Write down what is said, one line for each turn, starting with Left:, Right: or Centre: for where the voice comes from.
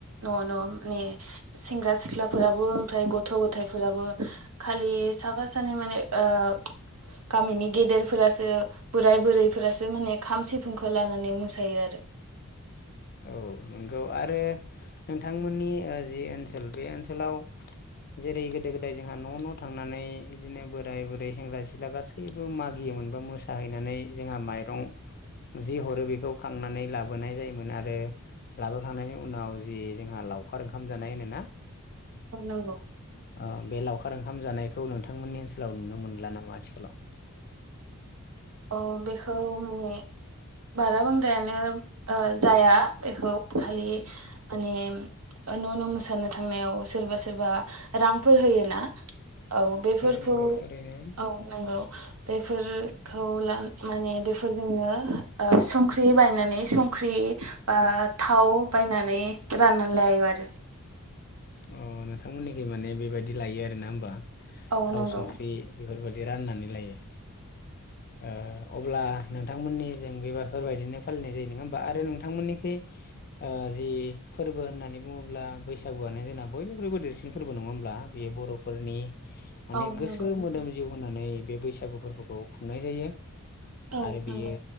Right: न' न' माने सेंग्रा सिख्ला फोराबो ओमफ्राय गथ' गथफोराबो खालि साफा सानै माने ओ गामिनि गेदेरफोरासो बोराय बुरैफोरासो माने खाम सिफुंखौ लानानै मोसायो आरो
Left: औ नंगौ आरो नोंथांमोननि जि ओनसोल ओनसोल बि ओनसोलाव जेरै गोदो गोदाय जोंहा न' न' थांनानै बिदिनो बोराय बुरै सेंग्रा सिख्ला गासैबो मागियो मोनबा मोसा हैनानै जोंहा माइरं जि हरो बेखौ खांनानै लाबोनाय जायोमोन आरो बे आरो लाबोखांनायनि उनाव जे जोंहा लावखार ओंखाम जानाय होनोना
Right: औ नंगौ
Left: ओ बे लावखार ओंखाम जानायखौ नोंथांमोननि ओनसोलाव नुनो मोनला नामा आथिखालाव
Right: औ बेखौ मानि बारा बांद्रायानो जाया बेखौ खालि माने ओ न' न' मोसानो थांनायाव सोरबा सोरबा रांफोर होयो ना? औ बेफोरखौ
Left: नंगौ थारैनो
Right: औ नंगौ बेफोर खौ माने ओ बेफोरजोंनो संख्रि बायनानै संख्रि बा थाव बायनानै राननानै लायो आरो
Left: <inaudible> ओ नोंथांमोननिखै मानि बेबादि लायो आरो ना होमबा
Right: औ
Left: थाव
Right: नंगौ
Left: संख्रि बेफोरबादि राननानै लायो। ओ अब्ला नोंथांमोननि जों बेफोरबायदिनो फालिनाय जायो नङा होमबा आरो नोंथांमोननिखै ओ जि फोरबो होननानै बुङोब्ला बैसागुआनो जोंना बयनिख्रुबो देरसिन फोरबो नङा होमब्ला दा बेयो बर'फोरनि मानि
Right: औ
Left: गोसो
Right: नंगौ
Left: मोदोम जिउ होननानै बे बैसागु फोरबोखौ खुंनाय जायो।
Right: औ
Left: आरो
Right: नंगौ
Left: बियो